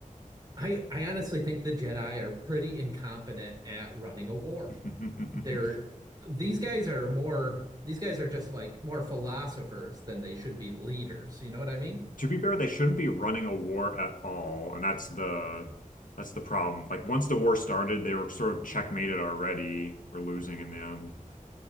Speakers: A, on the right; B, on the left.
A: I I honestly think the Jedi are pretty incompetent at running a war.
B: <laughs>
A: They're these guys are more these guys are just like more philosophers than they should be leaders. You know what I mean?
B: To be fair, they shouldn't be running a war at all, and that's the that's the problem. Like once the war started, they were sort of checkmated already for losing in the end.